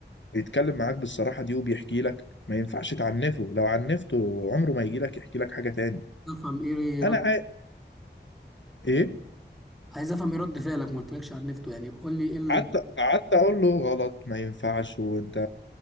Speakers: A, on the left (about 80°); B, in the centre.
A: بيتكلم معاك بالصراحه دي وبيحكي لك ما ينفعش تعنفه لو عنفته عمره ما يجي لك يحكي لك حاجه تاني
B: عايز افهم ايه
A: انا
B: رد
A: عا... ايه
B: عايز افهم ايه رد فعلك ما قلتلكش عن نفته يعني قول لي ايه اللي
A: قعدت قعدت اقول له غلط ما ينفعش وانت